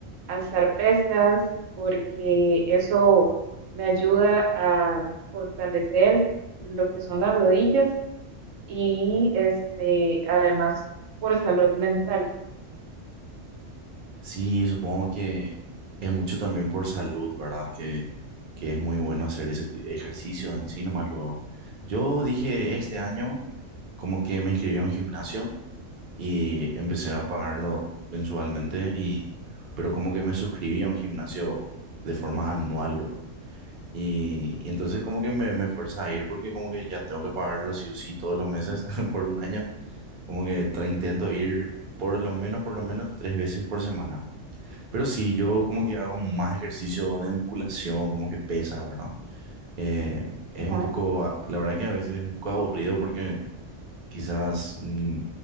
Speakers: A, on the right; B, on the right.
A: alzar pesas porque eso me ayuda a fortalecer lo que son las rodillas y este además por salud mental.
B: Sí, supongo que es mucho también por salud, ¿verdad? Que, que es muy bueno hacer ese ti- ejercicios en sí, nomás luego. Yo dije este año como que me inscribí a un gimnasio y empecé a pagarlo mensualmente y... Pero como que me suscribí a un gimnasio de forma anual, luego. Y, y entonces como que me, me fuerza a ir porque como que ya tengo que pagarlo sí o sí todos los meses <laughs> por un año. Como que tra- intento ir por lo menos, por lo menos tres veces por semana. Pero sí, yo como que hago más ejercicio de musculación, como que pesa, ¿verdad? Eh, es
A: Ajá,
B: un poco, a- la verdad que a veces es un poco aburrido porque quizás mm,